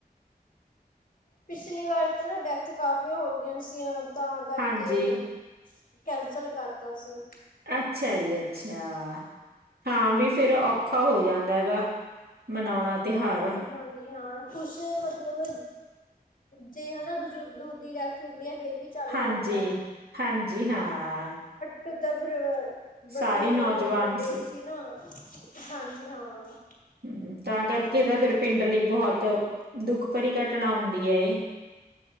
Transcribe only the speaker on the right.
ਹਾਂਜੀ
ਅੱਛਾ ਜੀ ਅੱਛਾ, ਹਾਂ ਵੀ ਫਿਰ ਔਖਾ ਹੋ ਜਾਂਦਾ ਗਾ। ਮਨੋਣਾ ਤਿਉਹਾਰ।
ਹਾਂਜੀ
ਹਾਂਜੀ ਹਾਂ।
ਸਾਰੀ ਨੌਜਵਾਨ
ਹੂੰ, ਤਾਂ ਕਰਕੇ ਤਾਂ ਫਿਰ ਪਿੰਡ ਲਈ ਬਹੁਤ ਦੁੱਖ ਭਰੀ ਘਟਨਾ ਹੁੰਦੀ ਐ ਏ।